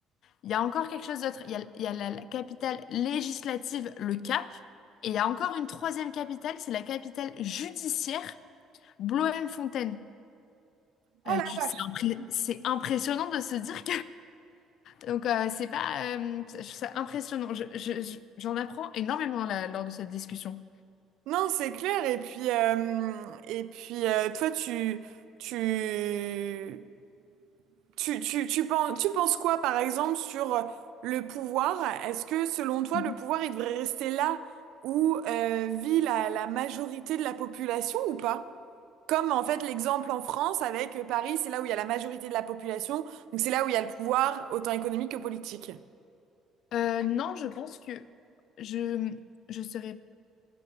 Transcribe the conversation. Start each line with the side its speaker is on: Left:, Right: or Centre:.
Left: il y a encore quelque chose d'autre il y a, il y a la, la capitale législative le Cap et il y a encore une troisième capitale c'est la capitale judiciaire Bloemfontein
Right: Oh
Left: Euh,
Right: la
Left: tu-
Right: vache.
Left: c'est impré- c'est impressionnant de se dire donc, euh, c'est pas. euh, je trouve ça impressionnant. Je- je- je- j'en apprends énormément là, lors de cette discussion.
Right: Non, c'est clair. Et puis, euh, et puis euh, toi, tu, tu, Tu, tu, tu penses, tu penses quoi, par exemple, sur euh, le pouvoir? Est-ce que, selon toi,
Left: Mhm.
Right: le pouvoir, il devrait rester là où euh, vit la, la majorité de la population ou pas? Comme, en fait, l'exemple en France avec euh, Paris, c'est là où il y a la majorité de la population, donc c'est là où il y a le pouvoir, autant économique que politique.
Left: Euh, non, je pense que je, je serais.